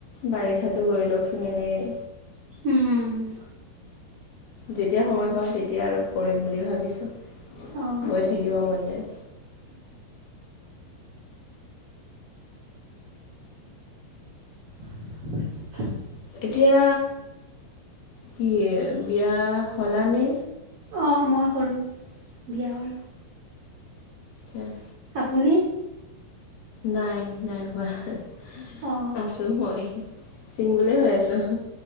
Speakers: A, on the left; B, on the right.
A: বাৰিষাটো গৈ লওকচোন এনেই
B: উম
A: যেতিয়া সময় পাওঁ তেতিয়া আৰু কৰিম বুলি ভাবিছোঁ
B: অঁ
A: গৈ থাকিব মন যায়
B: <inaudible>
A: এতিয়া কি বিয়া হ'লানে
B: অ মই হ'লো বিয়া হ'লো
A: উম
B: আপুনি
A: নাই নাই হোৱা
B: অঁ
A: আছো মই চিংগুলেই হৈ আছো